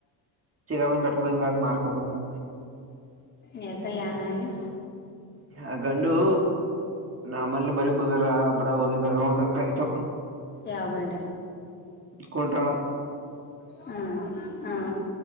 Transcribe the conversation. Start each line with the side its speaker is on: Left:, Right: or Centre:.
Right: ಚಿಕ್ಕವ್ವನ ಬೆಟ್ಟಕ್ಕ ಹೋಗಿ ಬಂದ್ಮೇಲ್ ಮಾಡ್ಕೋಡ ಬಂದೆ
Left: <inaudible> ಯೇಕ ಯಾನಆಗಲಿ
Right: ಆ ಗಂಡು ನಮಲ್ಲಿ ಮರಿ ಕುದುರ ಬಡ ಓದಿ ಬರ ಅಂತ ಕರಿತ
Left: ಯಾವ ಗಂಡ
Right: ಕುಂಟ್ಟರವ್ವ.
Left: ಹ್ಮ ಹಾ <unintelligible>